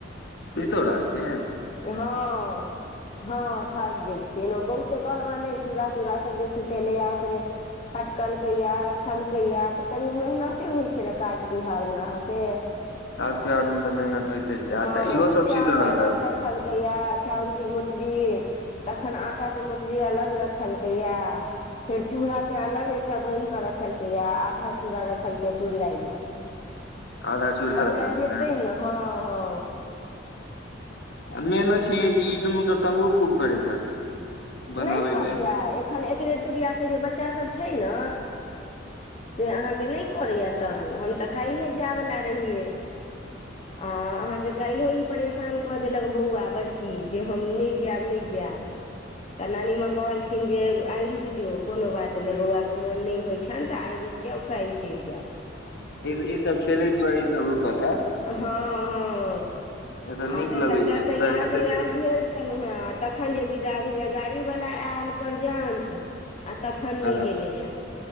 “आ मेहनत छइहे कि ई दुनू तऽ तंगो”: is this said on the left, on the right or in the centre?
Left